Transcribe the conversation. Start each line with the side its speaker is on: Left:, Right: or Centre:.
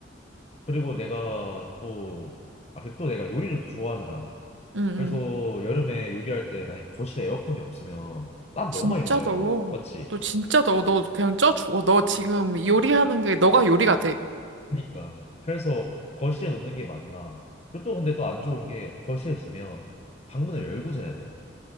Left: 그리고 내가 또 아, 그또 내가 요리를 또 좋아하잖아.
Right: 응,
Left: 그래서
Right: 응.
Left: 여름에 요리할 때 만약 거실에 에어컨이 없으면 땀
Right: 진짜
Left: 너무 많이 나요.
Right: 더워.
Left: 맞지?
Right: 너 진짜 더워. 너 그냥 쪄 죽어. 너 지금 요리하는 게 너가 요리가 돼.
Left: 그니까. 그래서 거실에 놓는 게 맞나? 그리고 또 근데 또 안 좋은 게 거실에 두면 방문을 열고 자야 돼.